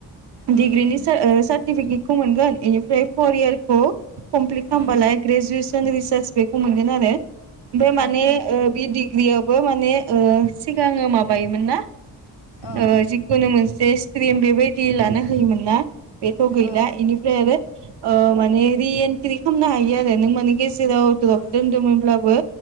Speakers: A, on the left; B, on the right.
A: उम
B: डिग्रिनि सार्टिफिकेटखौ
A: नंगौ
B: मोनगोन बेनिफ्राय फर इयारखौ कमप्लिट खालामबालाय
A: उम
B: ग्रेजुवेसन रिसार्च बेखौ मोनगोन आरो ओमफ्राय
A: उम
B: माने ओ बे डिग्रियावबो माने ओ सिगाङो माबायोमोन ना।
A: अ
B: ओ
A: अ
B: जिखुनु मोनसे स्ट्रिम बेबायदि लानो होयोमोन ना। बेथ' गैला
A: अ
B: बेनिफ्राय आरो ओ माने रि एन्ट्रि खालामनो हायो आरो नों माने गे जेराव
A: ओं
B: द्रब दोनदोंमोनब्लाबो